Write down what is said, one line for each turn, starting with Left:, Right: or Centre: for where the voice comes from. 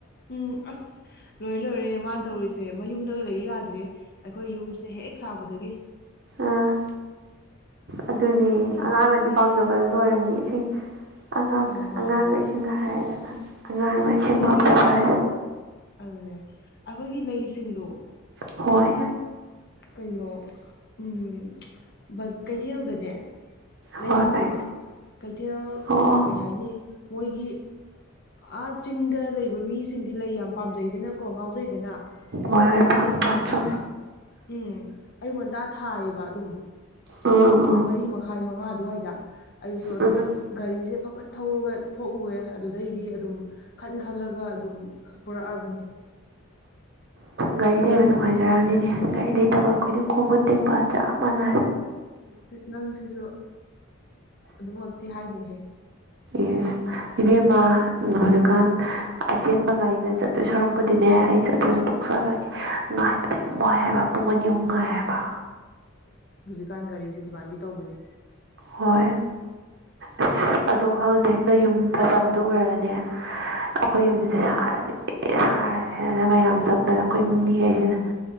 Left: ꯎꯝ ꯑꯁ ꯔꯣꯏ ꯂꯣꯏ ꯔꯦ ꯏꯃ ꯇꯧꯔꯤꯁꯦ ꯃꯌꯨꯝꯗꯒ ꯂꯩꯌ ꯌꯥꯗ꯭ꯔꯦ ꯑꯩꯈꯣꯏ ꯌꯨꯝꯁꯦ ꯍꯦꯛ ꯁꯥꯕꯗꯒꯤ
Right: ꯑꯥ ꯑꯗꯨꯅꯤ
Left: ꯑꯗꯨꯝ
Right: ꯑꯉꯥꯡꯅꯗꯤ
Left: ꯎꯝ
Right: ꯄꯥꯝꯖꯕ ꯑꯣꯏꯣꯏꯔꯝꯅꯤ ꯏꯁꯤꯡ ꯑꯉꯥꯡꯒ
Left: ꯑꯥ ꯃꯥꯅꯦ
Right: ꯑꯉꯥꯡꯒ ꯏꯁꯤꯡꯒ ꯍꯥꯏꯔꯗꯅ ꯑꯉꯥꯡꯅ ꯏꯁꯤꯡ
Left: ꯑꯩꯈꯣꯏꯒꯤ
Right: ꯄꯥꯝꯖꯕ ꯍꯥꯏ
Left: ꯑꯗꯨꯅꯦ ꯑꯩꯈꯣꯏꯒꯤ ꯂꯩꯁꯤꯡꯗꯣ
Right: ꯍꯣꯏ
Left: ꯀꯩꯅꯣ ꯎꯝ ꯀꯩꯊꯦꯜꯗꯅꯦ
Right: ꯍꯣꯏ
Left: ꯂꯩꯔꯨꯑꯦꯕ ꯀꯩꯊꯦꯜ
Right: ꯑꯣ
Left: ꯀꯩ ꯍꯥꯏꯅꯤ ꯃꯣꯏꯒꯤ ꯑꯥꯠ ꯆꯤꯡꯗ ꯂꯩꯕ ꯃꯤꯁꯤꯡꯗꯤ ꯂꯩ ꯌꯥꯝ ꯄꯥꯝꯖꯩꯗꯅꯀꯣ ꯉꯥꯎꯖꯩꯗꯅ
Right: ꯑꯣꯗꯤ
Left: ꯃꯣꯏꯅ
Right: ꯄ
Left: ꯑꯌꯨꯛ
Right: ꯄ
Left: ꯉꯟꯇꯥ
Right: ꯁ
Left: ꯎꯝ ꯑꯌꯨꯛ ꯉꯇꯥ ꯊꯥꯏꯌꯦꯕ ꯑꯗꯨꯝ
Right: ꯑꯥ
Left: ꯄꯨꯡ ꯃꯔꯤ ꯃꯈꯥꯏ ꯃꯉꯥ ꯑꯗꯨꯋꯥꯏꯗ ꯑꯩꯁꯨ ꯑꯗꯨꯝ
Right: ꯑꯥ ꯎꯝ
Left: ꯒꯥꯔꯤꯁꯦ ꯐꯐꯠ ꯊꯧꯔꯒ ꯊꯣꯛꯎꯋꯦ ꯑꯗꯨꯗꯩꯗꯤ ꯑꯗꯨꯝ ꯈꯟ ꯈꯜꯂꯒ ꯑꯗꯨꯝ ꯄꯨꯔꯛꯑꯕꯅꯤ
Right: ꯒꯥꯔꯤ ꯂꯩꯕ ꯅꯨꯡꯉꯥꯏꯖꯔꯕꯅꯤꯅꯦ ꯒꯥꯔꯤ ꯂꯩꯇꯕ ꯑꯩꯈꯣꯏꯗꯤ ꯈꯣꯡ ꯈꯨꯠ ꯇꯦꯛꯄ ꯆꯞ ꯃꯥꯟꯅ
Left: ꯅꯪꯁꯤꯁꯨ ꯑꯗꯨꯃꯛꯇꯤ ꯍꯥꯏꯅꯨꯍꯦ
Right: ꯑꯦ ꯏꯕꯦꯝꯃ ꯍꯧꯖꯤꯛꯀꯥꯟ ꯑꯆꯦꯟꯕ ꯒꯥꯔꯤꯗ ꯆꯠꯇꯣꯏ ꯁꯔꯛꯄꯗꯤꯅꯦ ꯑꯩ ꯆꯠꯊ ꯆꯠ ꯇꯣꯛꯆꯔꯒꯦ ꯉꯥꯏꯕꯗ ꯌꯥꯝ ꯋꯥꯏ ꯍꯥꯏꯕ ꯄꯨꯡ ꯑꯅꯤ ꯑꯍꯨꯝ ꯉꯥꯏ ꯍꯥꯏꯕ
Left: ꯖꯤꯀꯥꯟ ꯒꯥꯔꯤꯁꯦ ꯑꯗꯨꯃꯥꯏꯅꯗꯤ ꯇꯧꯕꯅꯤ
Right: ꯍꯣꯏ ꯑꯁ ꯑꯗꯣ ꯈꯪꯗꯦ ꯅꯣꯏ ꯌꯨꯝ ꯐꯖꯕꯗꯣ ꯎꯔꯒꯅꯦ ꯑꯩꯈꯣꯏ ꯌꯨꯝꯁꯤꯗꯤ ꯁꯥꯔꯗꯤ ꯑꯦ ꯁꯥꯔꯁꯦꯗꯅ ꯃꯌꯥꯝ ꯆꯪꯗꯅ ꯀꯩꯕꯨꯡ ꯃꯤꯈꯩꯁꯤꯅ
Left: ꯎꯝ